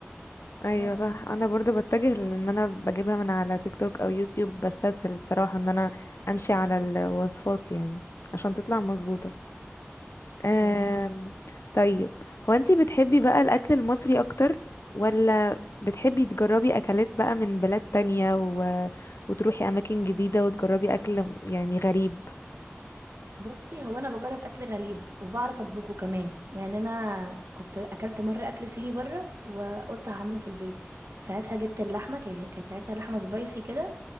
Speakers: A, on the left; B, on the right.
A: ايوه
B: بس
A: صح انا برضو بتجه لان انا بجيبها من على تيك توك او يوتيوب بستسهل الصراحة ان انا امشي على الوصفات يعني عشان تطلع مظبوطة أم...
B: اه
A: طيب هو انتي بتحبي بقى الاكل المصري اكتر ولا بتحبي تجربي اكلات بقى من بلاد تانية وتروحي اماكن جديده وتجربي اكل يعني غريب
B: بصي هو انا بجرب اكل غريب وبعرف اطبخه كمان يعني انا كنت اكلت مره اكل صيني بره وقلت هعمله في البيت ساعتها جبت اللحمه كا- كانت عايزه لحمه سبايسي كده